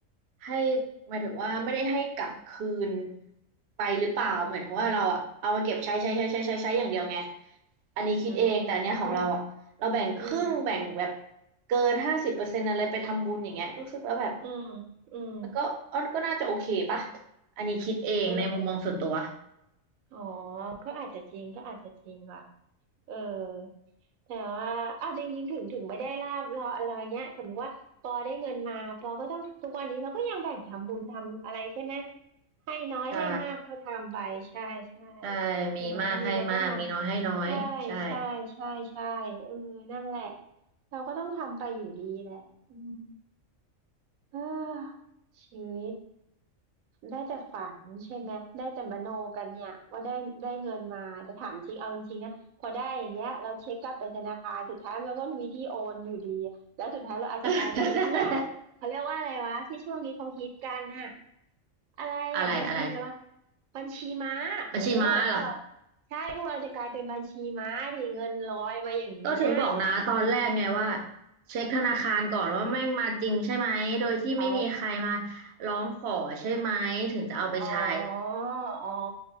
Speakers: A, on the right; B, on the right.
A: ให้หมายถึงว่าไม่ได้ให้กลับคืนไปหรือเปล่าเหมือนถึงว่าเราอะเอามาเก็บใช้ใช้ใช้ใช้ใช้ใช้อย่างเดียวไงอันนี้คิดเองแต่อันเนี้ยของเราอะเราแบ่งครึ่งแบ่งแบบ
B: อืมอืม
A: เกินห้าสิบเปอร์เซ็นต์อะไรไปทำบุญอย่างเงี้ยรู้สึกว่าแบบ
B: อืมอืม
A: มันก็อันก็น่าจะโอเคปะอันนี้คิดเองในมุมมองส่วนตัว
B: เอออ๋อก็อาจจะจริงก็อาจจะจริงว่ะ เออแต่ว่าเอาจริงๆถึงถึงไม่ได้ลาบเราอะไรเงี้ยสมมติว่าปอได้เงินมาปอก็ต้องทุกวันนี้เราก็ยังแบ่งทำบุญทำอะไรใช่ไหมให้น้อยให้มากก็ทำไปใช่ใช่
A: ใช่ใช่มีมากให้มากมีน้อยให้น้อยใช่
B: อย่างน้อยมีเราก็ทำใช่ใช่ใช่ใช่เออนั่นแหละเราก็ต้องทำไปอยู่ดีแหละอืม เออชีวิตได้แต่ฝันใช่ไหมได้แต่มโนกันเนี่ยว่าได้ได้เงินมาแต่ถามจริงเอาจริงๆนะพอได้อย่างเงี้ยเราเช็คกลับไปธนาคารสุดท้ายมันก็มีที่โอนอยู่ดีแล้วสุดท้ายเราอาจจะกลายเป็นไอ้เนี่ย
A: <laughs>
B: เขาเรียกว่าอะไรวะที่ช่วงนี้เขาฮิตกันน่ะอะไรอ่ะบัญชีอะไรวะ
A: อะไรอะไร
B: บัญชีม้าเออพวกเรา
A: บัญชีม้าเหรอ
B: ใช่พวกเราจะกลายเป็นบัญชีม้าดิเงินลอยมาอย่างเงี้ย
A: ก็ถึงบอกนะตอนแรกไงว่าเช็คธนาคารก่อนว่าแม่งมาจริงใช่ไหมโดยที่ไม่มีใครมา
B: อ๋อ
A: ร้องขอใช่ไหมถึงจะเอาไปใช้
B: อ๋ออ๋อ